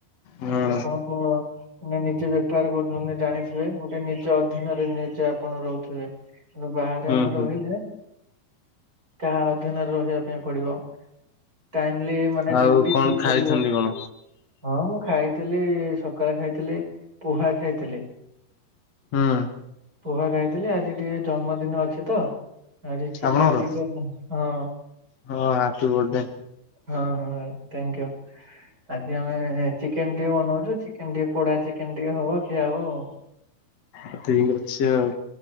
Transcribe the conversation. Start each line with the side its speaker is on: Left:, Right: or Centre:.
Left: ହୁଁ
Right: ଆପଣଙ୍କୁ ମାନେ ନିଜେ ବେପାର କରୁଛନ୍ତି ଜାଣିଥିବେ ଗୋଟେ ନିଜ ଅଧୀନରେ ନିଜେ ଆପଣ ରହୁଥିବେ। ଆ ବାହାରେ
Left: ହୁଁ
Right: ଆମେ
Left: ହୁଁ
Right: ରହିଲେ କାହା ଅଧୀନରେ ରହିବା ପାଇଁ ପଡ଼ିବ ଟାଇମଲି ମାନେ
Left: ଆଉ
Right: ଡ୍ୟୁଟି
Left: କଣ
Right: ଯିବାକୁ
Left: ଖାଇଛନ୍ତି
Right: ପଡ଼ିବ।
Left: କଣ?
Right: ହଁ ମୁଁ ଖାଇଥିଲି ସକାଳେ ଖାଇଥିଲି ପୁହା ଖାଇଥିଲି।
Left: ହୁଁ
Right: ପୁହା ଖାଇଥିଲି ଆଜି ଟିକେ ଜନ୍ମଦିନ ଅଛି ତ ଆଜି ଚିକେନ
Left: ଆପଣଙ୍କର
Right: ଟିକେ, ହଁ
Left: ହଁ ହାପି ବର୍ଥଡେ
Right: ହଁ ହଁ ଥ୍ୟାଙ୍କୟୁ ଆଜି ଆମେ ଚିକେନ ଟିକେ ବନଉଛୁ ଚିକେ ଚିକେନ ଟିକେ ପୋଡ଼ା ଚିକେନ ଟିକେ ହବ ଖିଆ ହବ ଆଉ।
Left: ଆ ଠିକ ଅଛି ଆଉ